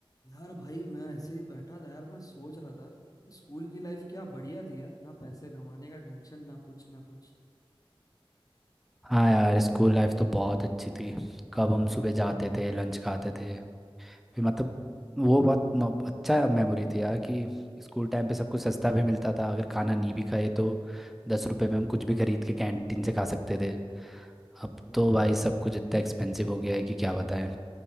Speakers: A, on the left; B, in the centre.
A: यार भाई मैं ऐसे ही बैठा था यार मैं सोच रहा था स्कूल की लाइफ क्या बढ़िया थी यार ना पैसे कमाने का टेंशन ना कुछ ना कुछ
B: हाँ यार स्कूल लाइफ तो बहुत अच्छी थी कब हम सुबह जाते थे लंच खाते थे फिर मतलब वो बहुत नौ- अच्छा मेमोरी थी यार कि स्कूल टाइम पे सब कुछ सस्ता भी मिलता था अगर खाना नहीं भी खाए तो दस
A: हम्म
B: रुपए में हम कुछ भी खरीद के कैंटीन से खा सकते थे अब
A: हाँ
B: तो भाई सब कुछ इतना एक्सपेंसिव हो गया है कि क्या बताएं